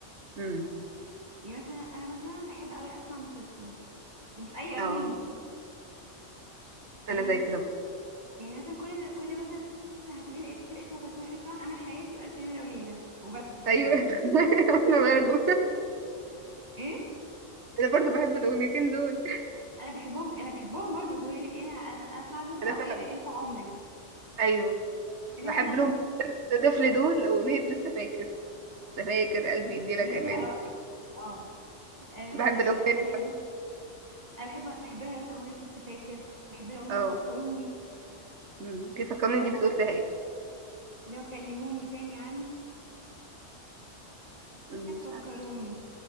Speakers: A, on the right (about 65°); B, on the right (about 30°).
A: امم
B: يعني مثلا انا مثلا احب قوي اسمع ام كلثوم ومش اي اغاني
A: اه
B: لام كلثوم
A: انا
B: يعني
A: زي كده برضه
B: يعني مثلا كل كل مثلا اللي هتقولي لي ايه بتحبي ايه في ام كلثوم يقول لك طبعا امل حياتي والف ليله وليله وبس وشكرا
A: ايوه <laughs> انا برضه
B: ايه
A: انا برضه بحب الاغنيتين دول
B: انا بحبهم انا بحبهم برضه بس هو يقول لك ايه انا أنا اسمع دول
A: انا
B: او
A: فاهم
B: ايه إيه، انت عمري
A: ايوه
B: لكن
A: بحب
B: انا احب
A: لهم
B: اسمع
A: طفل دول أغنية لسه فاكر لسه فاكر قلبي يديلك
B: ولسه
A: أمان
B: اه آه، آه،
A: بحب الأغنية
B: انا بحب انا بحب بحب لها مثلا اغنيه لسه فاكر بحب لها اغنيه
A: اه
B: فكروني
A: أمم، كيف فكرني
B: بحب
A: دي
B: أغ-
A: بتقول فيها ايه
B: اللي هو كلموني تاني عنك
A: أمم، مش
B: فكروني
A: عارفة مش